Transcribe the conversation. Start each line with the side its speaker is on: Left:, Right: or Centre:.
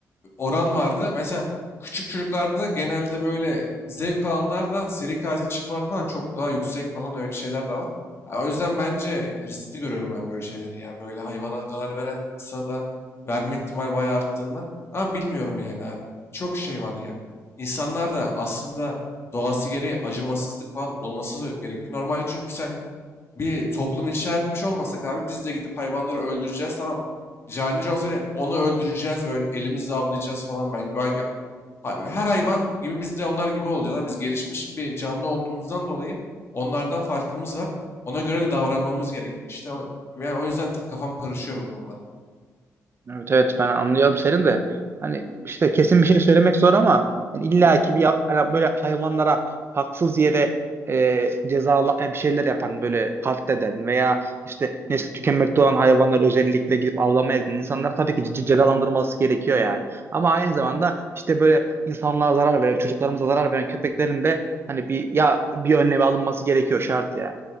Left: oran vardı. Mesela küçük çocuklarda genelde böyle zevk alanlardan seri katil çıkma oranı falan çok daha yüksek falan öyle şeyler de var. Ha, o yüzden bence riskli görüyorum ben böyle şeyleri ya. Böyle hayvana zarar veren insana da verme ihtimali bayağı arttığından. Ama bilmiyorum yani abi. Çok şey var ya. İnsanlar da aslında doğası gereği acımasızlık falan olması gerekiyor. Normalde çünkü sen bir toplum inşa etmiş olmasak abi biz de gidip hayvanları öldüreceğiz tamam. Cani Jones öyle onu öldüreceğiz böyle elimizle avlayacağız falan belki. Belki ha- her hayvan gibi biz de onlar gibi olacağız. Ama Biz gelişmiş bir canlı olduğumuzdan dolayı onlardan farkımız var. Ona göre de davranmamız gerekiyor işte. o- Yani o yüzden ta- kafam karışıyor bu konulara.
Right: Evet evet ben anlıyorum senin de. Hani işte kesin bir şey söylemek zor ama yani illa ki bir ya- hani böyle hayvanlara haksız yere e, cezalı e, bir şeyler yapan böyle katleden veya işte nesli tükenmekte olan hayvanları özellikle gidip avlamaya giden insanlar tabii ki ce- cezalandırılması gerekiyor yani. Ama aynı zamanda işte böyle insanlığa zarar veren, çocuklarımıza zarar veren köpeklerin de hani bir ya bir önlemi alınması gerekiyor şart yani.